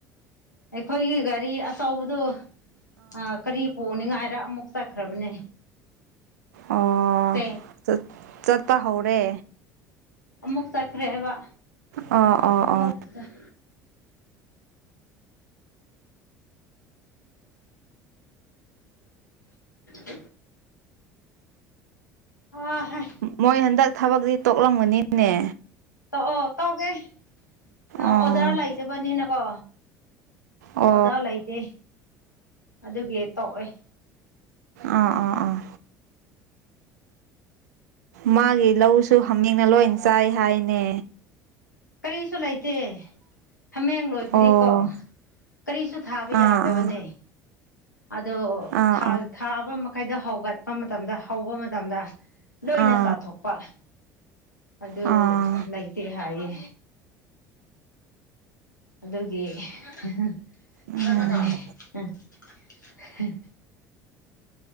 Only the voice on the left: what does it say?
ꯑꯩꯈꯣꯏꯒꯤ ꯒꯥꯔꯤ ꯑꯆꯧꯕꯗꯨ ꯑꯥ ꯀꯔꯤ ꯄꯨꯅꯤꯡꯉꯥꯏ ꯔ ꯑꯃꯨꯛ ꯆꯠꯈ꯭ꯔꯕꯅꯦ
ꯆꯦꯡꯅ
ꯑꯃꯨꯛ ꯆꯠꯈ꯭ꯔꯦ ꯍꯥꯏꯕ
ꯑꯃꯨꯛ
ꯆꯠ <inaudible> <inaudible> ꯑ ꯍꯥꯏ
ꯇꯣꯑꯣ ꯇꯣꯛꯑꯦꯑꯣꯗꯔ
ꯂꯩꯇꯕꯅꯤꯅꯀꯣ
ꯑꯣꯗꯥꯥ ꯂꯩꯇꯦ ꯑꯗꯨꯒꯤ ꯇꯣꯛꯑꯦ
ꯀꯔꯤꯁꯨ ꯂꯩꯇꯦ ꯍꯥꯃꯦꯡ ꯂꯣꯏꯕꯗꯤꯀꯣ
ꯀꯔꯤꯁꯨ ꯊꯥꯕ ꯌꯥꯗꯕꯅꯦ
ꯑꯗꯣ
ꯊꯥ ꯊꯥꯕ ꯃ ꯍꯥꯏꯗꯣ ꯍꯧꯒꯠꯄ ꯃꯇꯝꯗ ꯍꯧꯕ ꯃꯇꯝꯗ ꯂꯣꯏꯅ
ꯆꯥꯊꯣꯛꯄ ꯑꯗꯨ
ꯂꯩꯇꯦ ꯍꯥꯏꯌꯦ ꯑꯗꯨꯒꯤ <unintelligible>
<unintelligible>